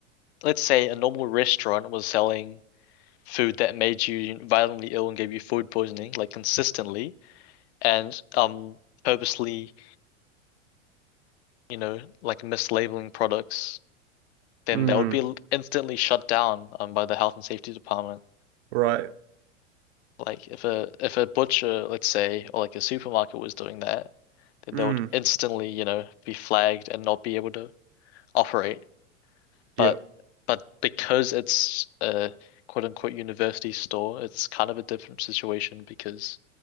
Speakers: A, on the left; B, on the right.
A: let's say a normal restaurant was selling food that made you violently ill and gave you food poisoning, like consistently, and um purposely, you know, like mislabeling products, then
B: Mm,
A: that would be instantly shut down um by the health and safety department.
B: right.
A: Like if a if a butcher, let's say, or like a supermarket was doing that, then
B: Mm,
A: they would instantly, you know, be flagged and not be able to operate.
B: yeah.
A: But but because it's a quote unquote university store, it's kind of a different situation because,